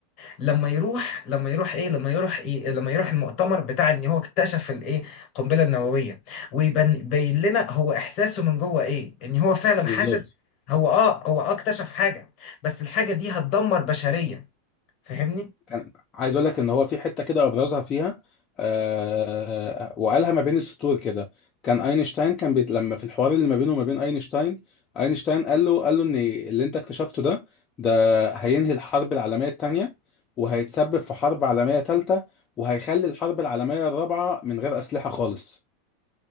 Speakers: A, on the left; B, on the left.
A: لما يروح لما يروح ايه لما يروح ايه لما يروح المؤتمر بتاع ان هو اكتشف الايه القنبله النوويه ويبين لنا هو احساسه من جوه ايه ان هو فعلا
B: بالظبط
A: حاسس هو اه هو اه اكتشف حاجه بس الحاجه دي هتدمر بشريه فاهمني
B: كان عايز اقول لك ان هو في حته كده ابرزها فيها آه وقالها ما بين السطور كده كان اينشتاين كان بيت لما في الحوار اللي ما بينه وما بين اينشتاين اينشتاين قال له قال له ان اللي انت اكتشفته ده ده هينهي الحرب العالميه الثانيه وهيتسبب في حرب عالميه ثالثه وهيخلي الحرب العالميه الرابعه من غير اسلحه خالص